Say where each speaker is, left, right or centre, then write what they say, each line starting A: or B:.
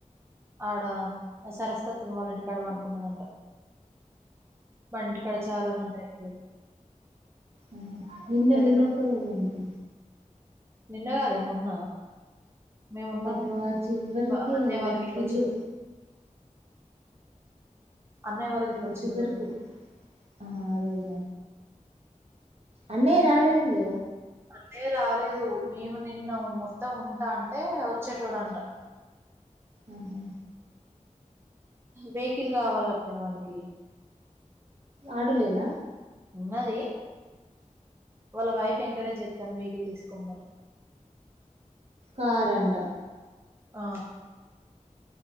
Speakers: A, on the right (about 20°); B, on the right (about 50°).
A: ఆడ సరస్వతమ్మ అల్ల ఇంటి కడ పండుకున్నదంట <unintelligible> చాలా మంది <unintelligible>
B: ఆ నిన్న
A: లేదా
B: నిన్న ఒక్కరోజు అంటి
A: నిన్న కదే మొన్న మేము ఉన్నాం
B: పాపం ఆ చివరికి
A: <unintelligible>
B: ఒక ఇల్లు
A: అన్నయ్య వాళ్ళ గిట్ల
B: వచ్చివరుకు
A: వచ్చిండ్రు
B: ఆ ఆ రోజ అన్నయ్య రాలేదు
A: అన్నయ్య రాలేదు మేము నిన్న మొ <unintelligible> ఉంటటే వచ్చేటో <unintelligible>
B: ఆహా
A: వెహికల్ కావాలన్ట్నే వానికి
B: ఆటో లేద
A: ఉన్నది వాళ్ళ వైఫ్ ఎంకరేజ్ చేస్తాంది వెహికల్ తీసుకోమని
B: కార్ అంట
A: ఆ